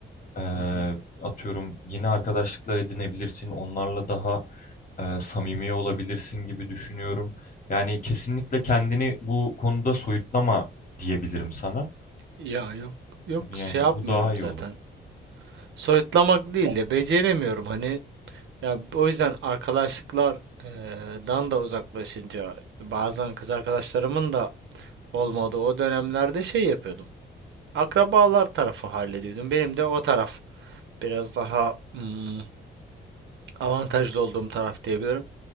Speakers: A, on the left (about 45°); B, on the right (about 75°).
A: Ee,
B: Hı hı.
A: atıyorum yeni arkadaşlıklar edinebilirsin, onlarla daha e, samimi olabilirsin gibi düşünüyorum. Yani kesinlikle kendini bu konuda soyutlama diyebilirim sana.
B: Ya yok yok
A: Yani
B: şey yapmıyorum
A: bu daha iyi
B: zaten.
A: olur.
B: Soyutlamak değil de beceremiyorum hani ya o yüzden arkadaşlıklar eee, dan da uzaklaşınca bazen kız arkadaşlarımın da olmadığı o dönemlerde şey yapıyordum. Akrabalar tarafı hallediyordum. Benim de o taraf biraz daha hmm, avantajlı olduğum taraf diyebilirim.